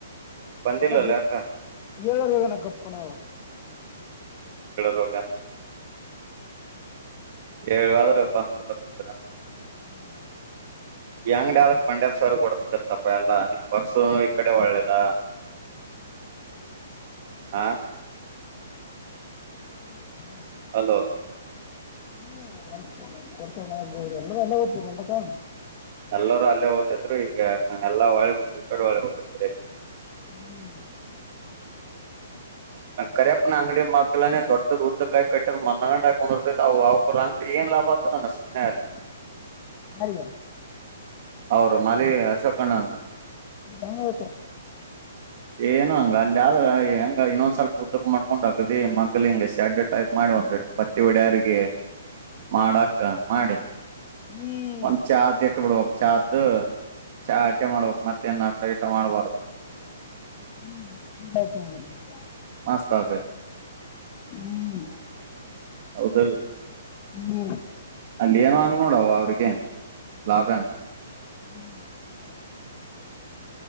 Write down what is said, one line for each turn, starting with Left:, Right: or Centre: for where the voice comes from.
Right: ಬಂದಿಲ್ಲಲ್ಲ
Left: ಈ ಸ
Right: ಯಾಕ
Left: ಏಳ ವಗಾನ ಗಪ್ಪಣ
Right: ಹೋಗ ಏಳಾದ್ರೂ ಬಂದ್ ಕುಂದ್ರನ್
Left: ಹ್ಮ್
Right: ಎಂಗಡ ಆದದಕ್ ಪಂಡ್ಯಸರ್ ಕೊಡತ ಬತ್ತಪ್ಪ ಎಲ್ಲ ಪರ್ಸು ಈ ಕಡೆ ಒಳ್ಳೇದ ಹಾ
Left: ಹ್ಮ್್ಮ
Right: ಅಲೋ
Left: ಹ್ಮ ಒರ್ತಗ್ಬೋುದು ಎಲ್ಲ ಎಲ್ಲ ಗ್ತ ಒಟಕ
Right: ಎಲ್ಲರೂ ಅಲ್ಲೇ ಓ್ತದ್ರು ಈಗ ಎಲ್ಲಾ ಹೊಳಿ ಬಿಟ್ಟು ಈ ಕಡೆ ಹೊಳಿ ಬಿಟ್ಟು ಕರೆ
Left: ಹ್ಮ್
Right: ಕರೆಪ ಆಂಗಡಿ ಮ ಆಗ್ಲ್ದೊ ಉದ್ದ ಕಾಯ ಕಟ್ಟರ್ ಮ ನಕೊಂಡಿರ್ತೈತೆ ಅ ಅವಕ ಅಂಗ ಏನ್ ಲಾಭ ಆಗ್ತದ ನ ಸು್ನೆ ಅಲ್ಲಿ
Left: ಹಾರಯ
Right: ಅವರು ಮಾಲಿ ಅಶೋಕನಂದ್
Left: ಹಂಗಬೇಕು
Right: ಏನು ಹಂಗ ಅಲ್ಲಿ ಆದ್ರ ಹೆಂಗ ಇನ್ನೊಂದ್ ಸ್ವಲ್ಪ ಉದ್ದಕ್ ಮಾಡ್ಕೊಂಡ್ ಹಕದ ಮಗ್ ಹಿಂಗ ಶೆಡ್ ಟೈಪ್ ಮಾಡುವ ಪತ್ತಿ ಹೊಡೆಯಿಗೆ ಮಾಡಕ ಮಾಡಿ
Left: ಹ್ಮ್
Right: ಒಂದ್ ಚದ್ ಇಟ್ ಬಿಡ್ಬೇಕಕ್ ಚ್ದ್ ಚಾ ಅಟ್ಟೆ ಮಾಡ್ಬೇಕಕ್ ಮತ್ತ ನ್ಷ್ಟ ಸೈಸ ಮಾಡಬಾರದುು
Left: ಹ್ಮ ಹತ್
Right: ಪಸ್ತಾವದೆ
Left: ಹ್ಮ್
Right: ಹೌದಲ್ಲ
Left: ಮೂ
Right: ಅಲ್ಲಿ ಏನ್ಂಗ ನೋಡವ ಅವ್ರಿಗೆ ಲಾಭ ನ್
Left: ಹ್ಮ್